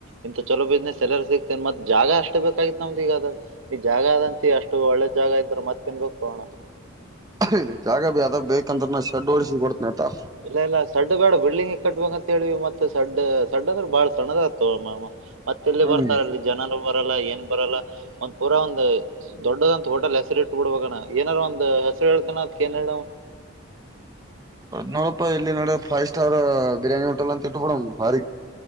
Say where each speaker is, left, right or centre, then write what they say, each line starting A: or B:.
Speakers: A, on the right; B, on the right.
A: ಇಂತ ಚಲೋ ಬಿಸ್ನೆಸ್ ಎಲ್ಲಾರೂ ಸಿಕ್ತ ಮತ್ ಜಾಗ ಅಷ್ಟೇ ಬೇಕಾಗಿತ್ತು ನಮ್ದ ಈಗ ಅದು ಈ ಜಾಗ ಅದಂತ ಅಷ್ಟು ಒಳ್ಳೆ ಜಾಗ ಅ್ರ ಮತ್ತೆನ್ ಹೋಗೋಣ
B: ಇಲ್ಲಿ ಜಾಗ ಬಿ ಅದ ಬೇಕಂದ್ರ ನಾ ಶೆಡ್ ಓಡಿಸಿ ಕೊಡ್ತನಯತಾ
A: ಇದೆಲ್ಲ ಸಡ್ ಬೇಡ ಬಿಡಿಂಗ್ ಕಟ್ಟುವಂತ ಳಿವ ಮತ್ತೆ ಸಡ್ ಸಡ್ ಅಂದ್ರೆ ಬಾಳ್ ಸಣ್ಣದ ಆಗ್ತವ ಮತ್ತೆ ಇಲ್ಲಿ
B: ಹ್ಮ್
A: ಬರ್ತಾರೆ ಅಲ್ಲಿ ಜನ ಬರಲ್ಲ ಏನ್ ಬರಲ್ಲ ಒಂದ್ ಪೂರ ಒಂದ್ ದೊಡ್ಡದಂತ ಹೋಟೆಲ್ ಹೆಸರಿ ಇಟ್ ಬಿಡಬಣ ಏನಾರ ಒಂದು ಹಸಿರು ಹೇಳ್ತನಾ ಕೆನಡ
B: ನೋಡಪ್ಪ ಇಲ್ಲಿ ನಡ ಫೈವ್ ಸ್ಟಾರ್ ಬಿರಿಯಾನಿ ಹೋಟೆಲ್ ಅಂತ ಡ ಹಾರ